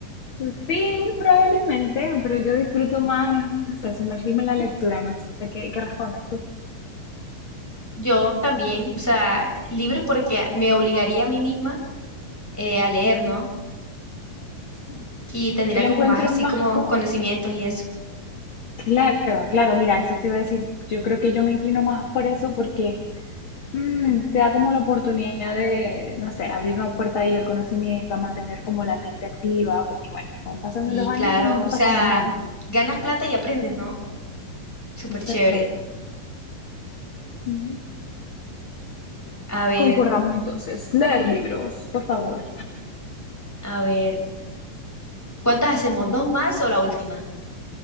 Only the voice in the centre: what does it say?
Yo también, o sea, libros porque me obligaría a mí misma eh, a leer, ¿no?
y tendría
como
más así
como
conocimientos y eso.
Y
claro,
o sea,
ganas plata y aprendes, ¿no? Súper
chévere.
A ver,
a ver, ¿cuántas hacemos? ¿Dos más o la última?